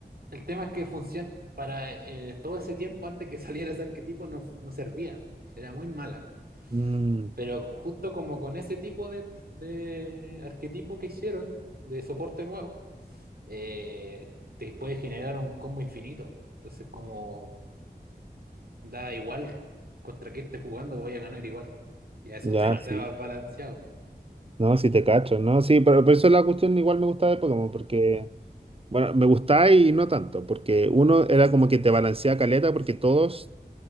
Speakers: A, on the right; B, on the right.
A: el tema es que funciona para eh, todo ese tiempo antes que <laughs> saliera ese arquetipo no, no servía, era muy mala.
B: Mm,
A: Pero justo como con ese tipo de, de arquetipo que hicieron, de soporte nuevo, eh, te puede generar un combo infinito. Entonces, como da igual contra qué estés jugando, voy a ganar igual. Ya eso
B: ya,
A: es demasiado
B: sí.
A: <laughs> balanceado.
B: No, sí te cacho, ¿no? Sí, pero por eso la cuestión igual me gustaba de Pokémon, porque, bueno, me gustaba y no tanto, porque uno era como que te balancea caleta, porque todos